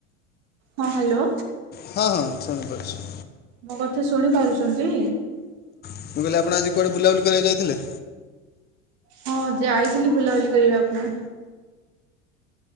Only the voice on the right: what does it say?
ହଁ ହ୍ୟାଲୋ।
ମୋ କଥା ଶୁଣି ପାରୁଛନ୍ତି।
ହଁ ଯାଇଥିଲି ବୁଲାବୁଲି କରିବାକୁ।